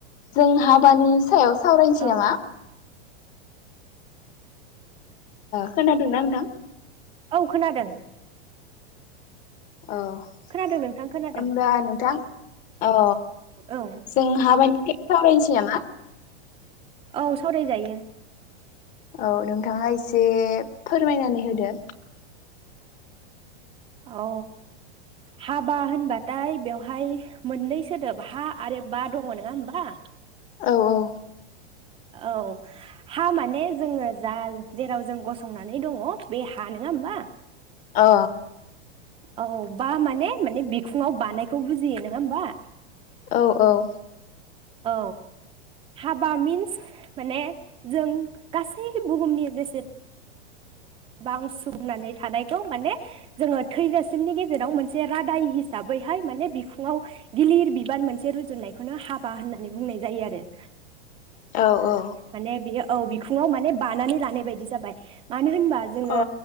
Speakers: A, on the left (about 25°); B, on the right (about 15°).
A: जों हाबानि सायाव सावरायनोसै
B: औ
A: नामा? खोनादोंना नोंथां?
B: औ खोनादों
A: औ होनबा
B: खोनादों नोंथां खोनादों
A: नोंथां औ
B: औ
A: जों हाबानि सावरायसै नामा?
B: औ सावरायजायो।
A: औ नोंथाङा एसे फोरमायनानै होदो
B: अ हाबा होनबाथाय बेवहाय मोननै सोदोब हा आरो बा दङ नङा होमबा?
A: औ औ
B: औ हा माने जोङो जाय जेराव जों गसंनानै दङ बे हा नङा होमबा?
A: अ
B: औ बा माने माने बिखुङाव बानायखौ बुजियो नङा होमबा?
A: अ औ औ
B: औ हाबा मिन्स माने जों गासै बुहुमनि जेसे बां सुबुंनानै थानायखौ माने जोङो थैजासिमनि गेजेराव मोनसे रादाय हिसाबैहाय माने बिखुङाव गिलिर बिबान मोनसे रुजुनायखौनो हाबा होननानै बुंनाय जायो आरो।
A: औ औ
B: माने बे औ बिखुङाव माने बानानै लानाय बायदि जाबाय मानो होनबा जों
A: अ